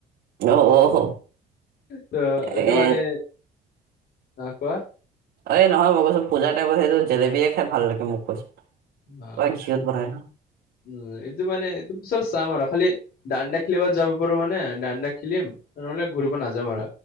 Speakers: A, on the right; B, on the left.
A: অ', অহ
B: তটো
A: এ
B: মানে, অ', কোৱা।
A: এই নহয় মই কৈছো পূজাৰ টাইমত সেইটো জেলেবিয় খাই ভাল লাগে মোক কৈছো।
B: অ',
A: পুৰা ঘিউত বনাই ন?
B: উম এইটো মানে এইটো চব সম আৰু খালি দাণ্ডিয়া খেলিব যাব পাৰো মানে দাণ্ডিয়া খেলিম নহ'লে ঘূৰিব নাযাম আৰু।